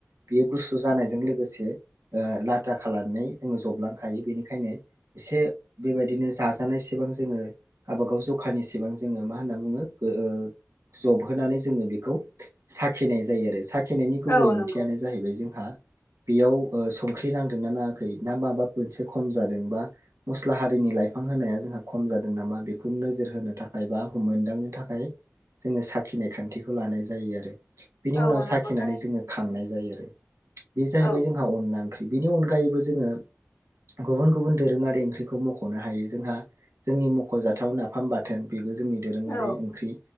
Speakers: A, on the right (about 80°); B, on the left (about 80°).
A: बेयो गुसु जानायजों लोगोसे ओ लाथा खालामनानै जोङो जबलांखायो बेनिखायनो एसे बेबायदिनो जाजानायसेबां जोङो गावबागाव जखारनि सिबां जोङो मा होनना बुङो ओ जबहोनानै जोङो बेखौ साखिनाय जायो आरो साख नायनि गुबै
B: औ
A: ओंथियानो
B: नंगौ
A: जाहैबाय जोंहा बेयाव ओ संख्रि ना नाङाखै ना माबा मोनसे खम जादों बा मस्ला हारिनि लाइफां होनाया जोंहा खम जादों नामा बा बेखौ नोजोर होनो थाखाय बा मोनदांनो थाखाय जोंङो साखिनाय खान्थिखौ लानाय जायो आरो। बिनि
B: औ
A: उनाव साखिनानै
B: नंगौ थारैनो
A: जोंङो खांनाय जायो आरो बे जाहैबाय
B: औ
A: जोंहा अनला ओंख्रि। नि अनगायैबो जोंङो गुबुन-गुबुन दोरोङारि ओंख्रिखौ मख'नो हायो जोंहा जोंनि मख'जाथाव नाफाम बाथोन बेबो जोंनि दोरोङारि
B: औ
A: ओंख्रि